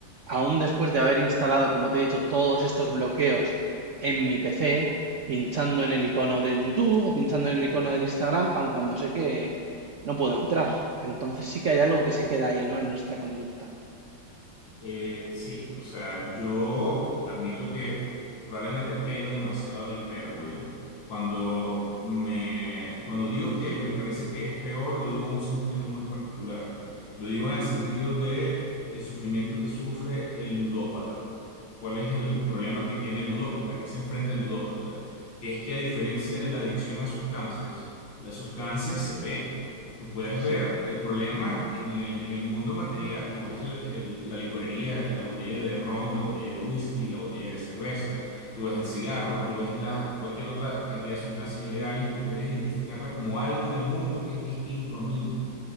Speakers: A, on the right; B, on the left.
A: aún después de haber instalado, como te he dicho, todos estos bloqueos en mi PC, pinchando en el icono del YouTube o pinchando en el icono del Instagram, aun cuando sé que no puedo entrar. Entonces sí que hay algo que se queda ahí, ¿no? En nuestra conducta.
B: Eh, sí, o sea, yo admito que probablemente apelo demasiado a la hipérbole. Cuando me, cuando digo que me parece que es peor, lo digo en un sentido muy particular. Lo digo en el sentido de el sufrimiento que sufre el ludópata. ¿Cuál es el problema que tiene el ludópata? ¿Qué se enfrenta el ludópata? Que es que a diferencia de la adicción a sustancias, la sustancia se ve. Tú puedes ver
A: Sí,
B: el problema en el, en el mundo material, tú ves el- el- la licorería, la botella de ron, la botella de whisky, la botella de cerveza, tú ves el cigarro, tú ves la, cualquier otra cantidad de sustancias ilegales y tú puedes identificarla como algo en el mundo que es distinto a mí.